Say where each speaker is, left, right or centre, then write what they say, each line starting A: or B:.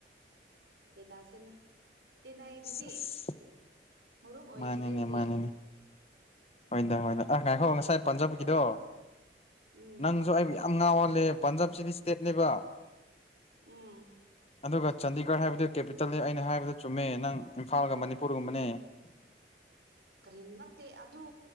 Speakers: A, on the right (about 70°); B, on the left (about 35°).
A: ꯇ ꯅꯁꯦꯅ ꯇꯅ ꯑꯗꯨꯗꯤꯤ
B: ꯑꯁ ꯑꯁ
A: ꯃꯔꯨꯞ ꯑꯣꯏꯁꯤꯗꯤ
B: ꯃꯥꯅꯤꯅꯦ
A: ꯍꯧꯖꯤꯛ
B: ꯃꯥꯅꯤꯅꯦ ꯍꯣꯏꯗ ꯍꯣꯏ ꯑ ꯉꯥꯏꯈꯣ ꯉꯁꯥꯏ ꯄꯥꯟꯖꯕꯒꯤꯗꯣ
A: ꯎꯝ
B: ꯅꯪꯁꯨ ꯑꯩꯕꯨ ꯌꯥꯝ ꯉꯥꯎꯍꯜꯂꯤ ꯂꯦ ꯄꯟꯖꯥꯕꯁꯤꯗꯤ ꯏꯁꯇꯦꯠꯅꯦꯕ
A: ꯎꯝ
B: ꯑꯗꯨꯒ ꯆꯥꯟꯗꯤꯒꯔ ꯍꯥꯏꯕꯗꯨ ꯀꯦꯄꯤꯇꯜꯅꯤ ꯑꯩꯅ ꯍꯥꯏꯕꯗ ꯆꯨꯝꯃꯦ ꯅꯪ ꯏꯝꯐꯥꯜꯒ ꯃꯅꯤꯄꯨꯔꯒꯨꯝꯕꯅꯦ <unintelligible> <inaudible>
A: ꯀꯔꯤ ꯅꯠꯇꯦ ꯑꯗꯨ